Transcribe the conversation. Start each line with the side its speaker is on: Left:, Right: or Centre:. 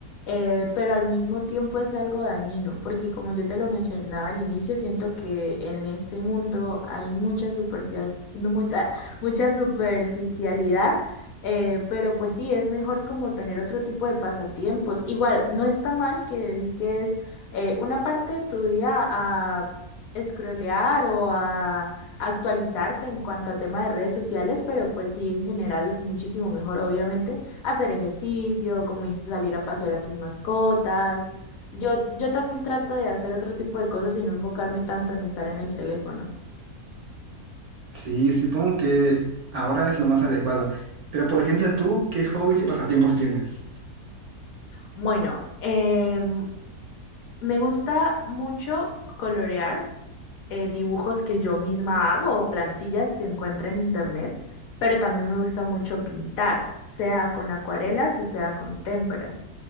Left: eh, pero al mismo tiempo es algo dañino, porque como yo te lo mencionaba al inicio, siento que en este mundo hay mucha superficia, mucha, mucha superficialidad. Eh, pero pues sí, es mejor como tener otro tipo de pasatiempos. Igual, no está mal que dediques eh, una parte de tu día a scrollear o a actualizarte en cuanto a tema de redes sociales, pero pues sí, en general es muchísimo mejor, obviamente, hacer ejercicio, como dices, salir a pasear a tus mascotas. Yo, yo también trato de hacer otro tipo de cosas y no enfocarme tanto en estar en el teléfono.
Right: Sí, supongo que ahora es lo más adecuado. Pero por ejemplo, tú, ¿qué hobbies y pasatiempos tienes?
Left: Bueno, em, me gusta mucho colorear. eh, dibujos que yo misma hago o plantillas que encuentro en internet, pero también me gusta mucho pintar, sea con acuarelas o sea con témperas.